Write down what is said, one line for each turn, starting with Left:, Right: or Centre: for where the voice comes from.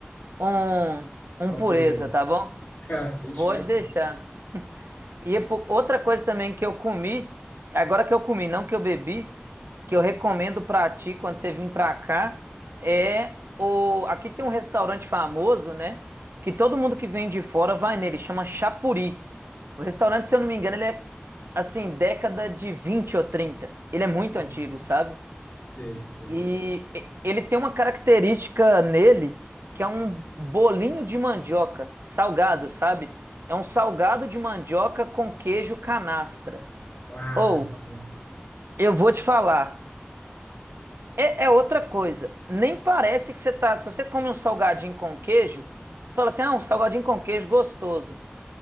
Right: um, um
Left: uma
Right: pureza,
Left: pureza.
Right: tá
Left: <laughs>
Right: bom?
Left: Ah, Fechou?
Right: Pode deixar. E é outra coisa também que eu comi, agora que eu comi, não que eu bebi, que eu recomendo pra ti quando você vir pra cá, é o. Aqui tem um restaurante famoso, né? Que todo mundo que vem de fora vai nele, chama Chapuri. O restaurante, se eu não me engano, ele é assim, década de 20 ou 30. Ele é muito
Left: Uhum.
Right: antigo, sabe?
Left: Sei, sei.
Right: E e- ele tem uma característica nele que é um bolinho de mandioca, salgado, sabe? É um salgado de mandioca com queijo canastra.
Left: Ah,
Right: Ou,
Left: nossa.
Right: eu vou te falar, é, é outra coisa. Nem parece que você tá. Se você come um salgadinho com queijo, você fala assim: ah, um salgadinho com queijo gostoso.